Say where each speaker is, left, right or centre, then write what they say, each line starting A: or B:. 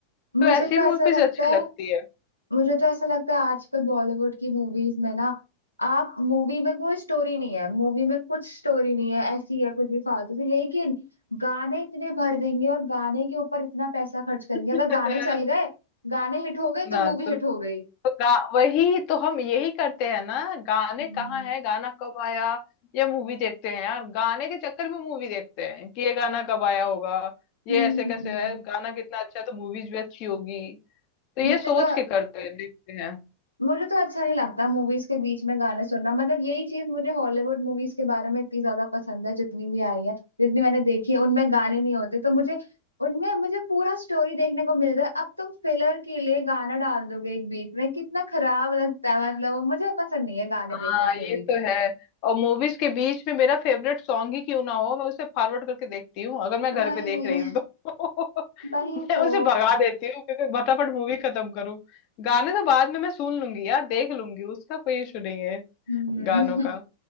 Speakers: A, on the left; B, on the left.
A: मुझे
B: तो ऐसी
A: तो ऐसा
B: मूवीज
A: लगता
B: अच्छी
A: है
B: लगती है
A: मुझे तो ऐसा लगता है आजकल बॉलीवुड की मूवीज में ना आप मूवी में कोई स्टोरी नहीं है मूवी में कुछ स्टोरी नहीं है ऐसी है कुछ भी फालतू की लेकिन गाने इतने भर देंगे और गाने के ऊपर इतना पैसा खर्च करेंगे अगर
B: <laughs>
A: गाने चल गए गाने हिट हो गए तो
B: ना
A: मूवी
B: तो
A: हिट हो गई
B: तो गा वही तो हम यही करते हैं ना गाने
A: हम्म।
B: कहाँ है गाना कब आया ये मूवी देखते हैं यार गाने के चक्कर में मूवी देखते हैं कि ये गाना कब आया होगा ये
A: हम्म
B: ऐसे कैसे है गाना कितना अच्छा है तो मूवीज भी अच्छी होगी तो ये
A: मुझे
B: सोच
A: तो
B: के करते हैं देखते हैं
A: मुझे तो अच्छा नहीं लगता मूवीज के बीच में गाने सुनना मतलब यही चीज मुझे हॉलीवुड मूवीज के बारे में इतनी ज्यादा पसंद है जितनी भी आई है जितनी मैंने देखी है उनमें गाने नहीं होते तो मुझे उनमें मुझे पूरा स्टोरी देखने को मिल रहा है अब तुम फिलर के लिए गाना डाल दोगे एक बीच में कितना खराब लगता है मतलब वो मुझे पसंद नहीं है गाने
B: हाँ
A: देखना मूवी
B: ये
A: में
B: तो है और मूवीज के बीच में मेरा फेवरेट सॉन्ग ही क्यों ना हो मैं उसे फॉरवर्ड करके देखती हूँ अगर मैं
A: वही
B: घर पे देख रही हूँ तो <laughs>
A: वही
B: मैं
A: तो
B: उसे भगा देती हूँ क्योंकि फटाफट मूवी खत्म करूँ गाने तो बाद में मैं सुन लूंगी यार देख लूंगी उसका कोई इशू नहीं है
A: हम्म
B: गानों का